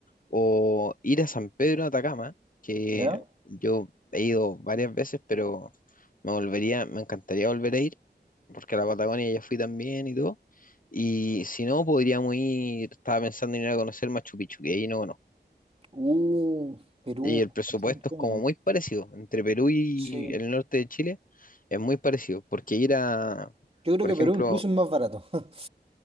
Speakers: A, on the left; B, on the right.
A: o ir a San Pedro de Atacama, que
B: ¿Ya?
A: yo he ido varias veces, pero me volvería, me encantaría volver a ir, porque a la Patagonia ya fui también y todo. Y si no, podríamos ir, estaba pensando en ir a conocer Machu Picchu, que ahí no
B: Uh, Perú.
A: Y el presupuesto
B: ¿cuánto se me entendió?
A: es como muy parecido. Entre Perú y
B: Sí.
A: el norte de Chile es muy parecido. Porque ir a,
B: Yo creo
A: por
B: que
A: ejemplo,
B: Perú incluso es más barato. <laughs>